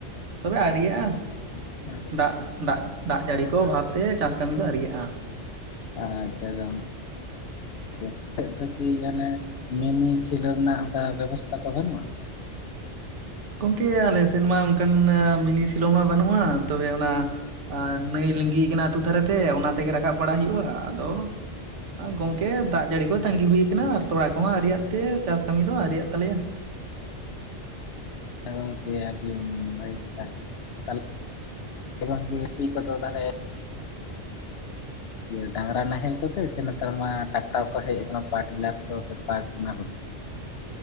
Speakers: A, on the right (about 80°); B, on the left (about 65°).
A: ᱛᱚᱵᱮ ᱟᱶᱨᱤᱭᱟᱜ-ᱟ᱾
B: <unintelligible>
A: ᱫᱟᱜ ᱫᱟᱜ ᱫᱟᱜ ᱡᱟᱹᱲᱤ ᱠᱚ ᱚᱵᱷᱟᱵᱛᱮ ᱪᱟᱥ ᱠᱟᱹᱢᱤ ᱫᱚ ᱟᱶᱸᱨᱤᱭᱟᱜᱼᱟ᱾
B: ᱟᱪᱷᱟ ᱜᱚᱝ ᱠᱮ ᱪᱮᱫ ᱫᱚ ᱠᱤ ᱮᱱᱮ ᱢᱤᱱᱤ, ᱥᱮᱞᱳ, ᱨᱮᱱᱟᱜ ᱚᱱᱠᱟ ᱵᱮᱵᱚᱥᱛᱷᱟ ᱠᱚ ᱵᱟᱹᱱᱩᱜᱼᱟ?
A: ᱜᱚᱝᱠᱮ ᱟᱞᱮ ᱥᱮᱱ ᱢᱟ ᱚᱱᱠᱟᱱ ᱢᱤᱱᱤ, ᱥᱮᱞᱳ ᱢᱟ ᱵᱟᱹᱱᱩᱜᱼᱟ ᱛᱚᱵᱮ ᱚᱱᱟ, ᱟ ᱱᱟᱹᱭ ᱞᱤᱸᱜᱤ ᱠᱟᱱᱟ ᱟᱹᱛᱩ ᱫᱷᱟᱨᱮ ᱛᱮ ᱚᱱᱟ ᱛᱮᱜᱮ ᱨᱟᱠᱟᱵ ᱵᱟᱲᱟ ᱦᱩᱭᱩᱜᱼᱟ ᱟᱫᱚ, ᱜᱚᱝᱠᱮ ᱫᱟᱜ ᱡᱟᱹᱲᱤ ᱠᱚ ᱛᱟᱸᱜᱤ ᱦᱩᱭ ᱠᱟᱱᱟ ᱟᱨ ᱛᱚᱲᱟ ᱠᱚᱦᱚᱸ ᱟᱶᱨᱤᱭᱟᱜ ᱛᱮ ᱪᱟᱥ ᱠᱟᱹᱢᱤ ᱫᱚ ᱟᱶᱨᱤᱭᱟᱜ ᱛᱟᱞᱮᱭᱟ᱾
B: ᱦᱮ ᱜᱚᱝᱠᱮ ᱟᱹᱰᱤ ᱵᱷᱟᱹᱜᱮ ᱠᱟᱛᱷᱟ ᱜᱮ <inaudible> ᱜᱚᱝᱠᱮ ᱥᱤ ᱠᱚᱫᱚ ᱛᱟᱦᱞᱮ ᱤᱭᱟᱹ ᱰᱟᱝᱨᱟ ᱱᱟᱦᱮᱞ ᱠᱚᱛᱮ ᱥᱮ ᱱᱮᱛᱟᱨ ᱢᱟ ᱴᱟᱠᱴᱟᱨ ᱠᱚ ᱦᱮᱡ ᱠᱟᱱᱟ ᱯᱟᱶᱟᱨ ᱴᱤᱞᱟᱨ ᱠᱚ ᱥᱮ ᱯᱟᱠ ᱚᱱᱟ ᱠᱚ?